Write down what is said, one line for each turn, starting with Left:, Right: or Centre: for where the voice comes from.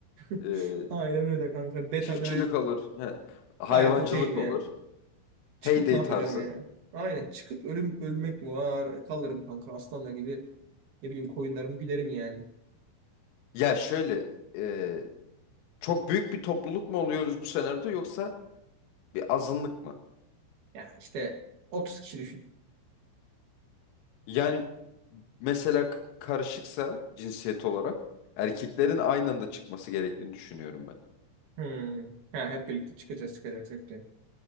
Right: <laughs>
Left: e,
Right: Aynen öyle kanka. Beta
Left: çiftçilik
Right: bir hayat
Left: olur, he, hayvancılık
Right: gayet okeyim ya.
Left: olur,
Right: Çıkıp
Left: heyday
Right: ne yapacağım
Left: tarzı.
Right: yani? Aynen. Çıkıp ölüm ölmek mi var? E, Kalırım kanka aslanla gibi. Ne bileyim koyunlarımı gülerim yani.
Left: Ya şöyle, e, çok büyük bir topluluk mu oluyoruz bu senaryoda yoksa bir azınlık mı?
Right: Ya işte 30 kişi düşün.
Left: Yani mesela k- karışıksa cinsiyet olarak erkeklerin aynı anda çıkması gerektiğini düşünüyorum ben.
Right: Hmm. Ha, hep birlikte çıkacağız çıkacağız. çıkacağız.